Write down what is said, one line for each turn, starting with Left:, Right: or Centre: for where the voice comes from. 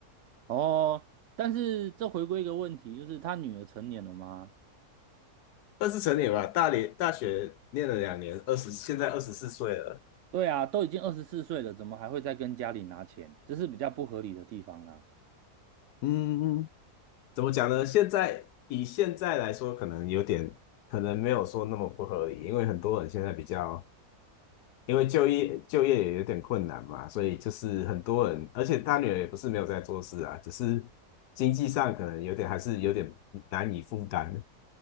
Right: 哦，但是这回归一个问题，就是他女儿成年了吗？
Left: 二十成年吧，大连大学念了两年，二十现在二十四岁了，
Right: 对啊，都已经二十四岁了，怎么还会再跟家里拿钱？这是比较不合理的地方啦。
Left: 嗯嗯怎么讲呢？现在以现在来说，可能有点，可能没有说那么不合理，因为很多人现在比较因为就业就业也有点困难嘛，所以就是很多人，而且他女儿也不是没有在做事啊，只是经济上可能有点还是有点难以负担。